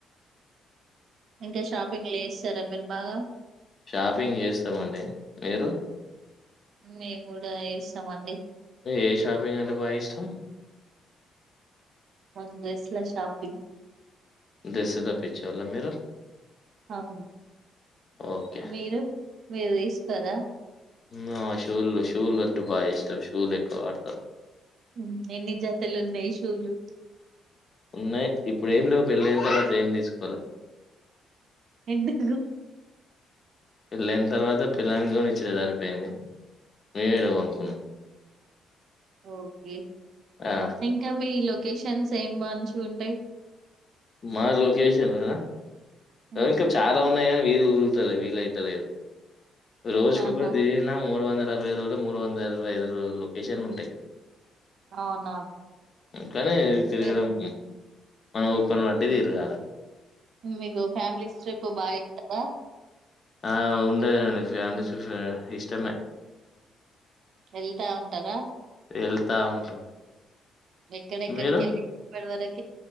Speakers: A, on the right (about 65°); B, on the left (about 45°).
A: ఇంకా షాపింగ్ లేస్ సరే మీర్ బాగా
B: షాపింగ్ చేస్తం అండి. మీరు
A: మేము గూడా చేస్తామండి.
B: ఏ షాపింగ్ అంటే బాగా ఇష్టం.
A: మన డ్రెస్ల షాపింగ్.
B: డ్రెస్సుల పిచ్చోళ్ల మీరు
A: అవును
B: ఓకే.
A: మీరు మీరు తీసుకోరా.
B: మేమ షూలు షూలు అంటే బాగా ఇష్టం. షూలు ఎక్కువ వాడతాం.
A: ఊ ఎన్ని జతలు ఉన్నాయి షూలు
B: ఉన్నాయి ఇప్పుడు ఏం లేవు పెళ్ళయిన తర్వాత ఏం తీసుకోలే.
A: ఎందుకుగు
B: పెళ్ళయిన తర్వాత పెళ్ళానికి కొనిచ్చుడే సరిపోయింది. మేం ఏడ కొనుకున్నాం.
A: ఓకే
B: ఆ!
A: ఇంక మీ లొ కేషన్స్ ఏం మంచిగ ఉంటాయి.
B: మా లోకేషనా
A: హ్మ్.
B: ర ఇంక చాలా ఉన్నాయి కాని వీల్ కుదుర్తలే వీల్ అయితలేద్. రోజ్
A: ఆహా!
B: కొక్కటి తిరిగిన మూడు వందల్ అరవై రోజులు మూడు వందల అరవై ఐదు రోజులు లొకేషన్లు ఉంటాయి.
A: అవునా
B: కని తిరగడం.
A: మీరు
B: మన ఓపికని బట్టి తిరగాలె.
A: మీగో ఫ్యామిలీస్ ట్రిప్ బాగేల్తార
B: ఆ ఉండేదండి ఫ్యామిలీస్ ఫ్రె ఇష్టమే
A: వెళ్తా ఉంటారా
B: ఎళ్తా ఉంటాం
A: ఎక్కడెక్కడి
B: మీరు?
A: కెళ్ళి ఇప్పటి వరక్